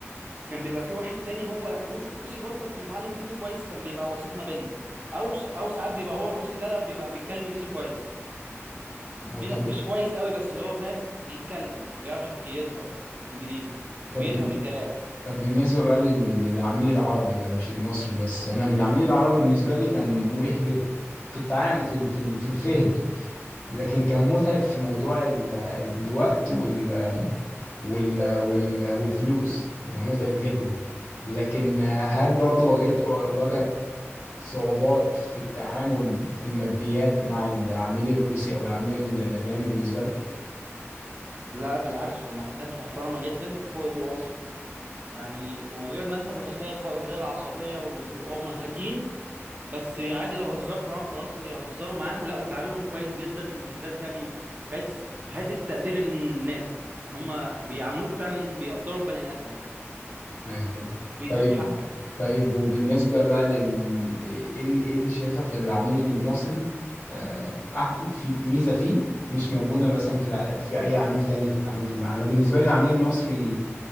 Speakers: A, on the right; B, on the left.
A: كان بيبقى فيه واحد تاني هو روسي برضه بس متعلم انجليزي كويس كان بيبقى وسيط ما بيننا او س- او ساعات بيبقى هو الروسي ده لا بيبقى بيتكلم انجليزي كويس
B: اه
A: فينا
B: طب
A: مش كويس قوي بس اللي هو فاهم بيتكلم بيعرف ينطق انجليزي
B: طب
A: وبيفهم الكلام
B: طب بالنسبة بقى لل- لل- للعميل العربي بقى مش المصري بس أنا بالعميل العربي بالنسبة لي كان مريح جدا في التعامل في ال- في ال- في الفهم لكن كان متعب في موضوع ال- الوقت وال وال وال والفلوس متعب جدا لكن هل برضو واجهت واجهت صعوبات في التعامل في الماديات مع العميل الروسي أو العميل الأجنبي بالنسبة لك؟
A: لا بالعكس هم ناس محترمة جدا فوق الوصف يعني وغير ما انت متخيل خالص غير العصبيه والهدوء هم هاديين بس عادي لو هزرت معاهم تهز... يهزروا معاك ولا وتعاملهم كويس جدا بالذات يعني في حته في حتة تقدير الناس ان هم بيعاملوك فعلا بيقدروا البني ادم
B: ايوه طب
A: بيدوك
B: طيب
A: حقك
B: طيب وبالنسبه بقى لل ايه ال- إيه اللي شايفه في العميل المصري آه، أح- في ميزه فيه مش موجوده مثلا في الع... في اي عميل تاني انت اتعاملت معاه انا بالنسبه لي العميل المصري